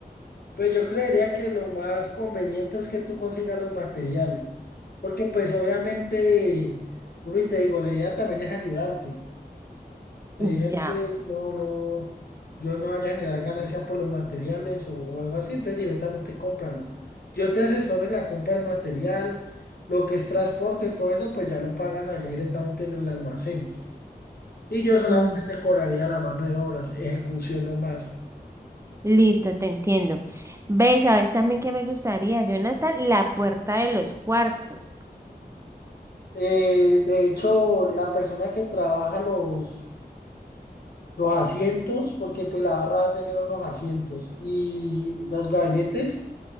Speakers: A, on the left; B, on the right.
A: Pues yo creería que lo más conveniente es que tú consigas los materiales, porque pues obviamente, uno y te digo, la idea también es ayudarte. La
B: Ya.
A: idea es que no, no, yo no vaya a generar ganancia por los materiales o, o algo así, entonces directamente cómpralo. Yo te asesoro en la compra del material, lo que es transporte, todo eso, pues ya lo pagas allá directamente en el almacén. Y yo solamente
B: Li-
A: te cobraría la mano de obras, ejecución no más.
B: Listo, te entiendo. ¿Ves? ¿Sabes también que me gustaría, Jonathan? La puerta de los cuartos.
A: Eh, de hecho, la persona que trabaja los, los asientos, porque pues la barra va a tener unos asientos y los gabinetes